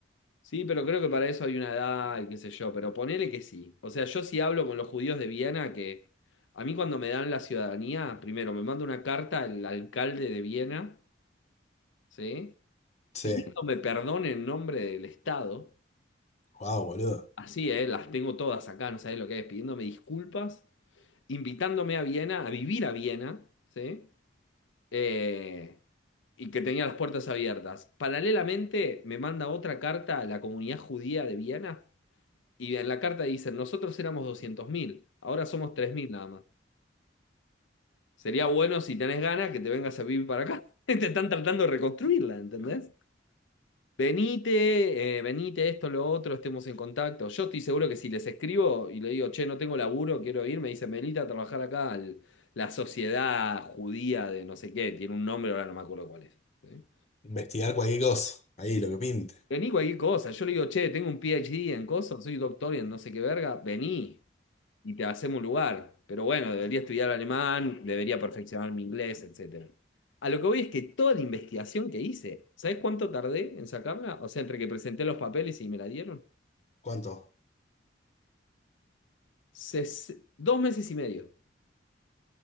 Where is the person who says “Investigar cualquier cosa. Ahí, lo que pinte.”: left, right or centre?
Left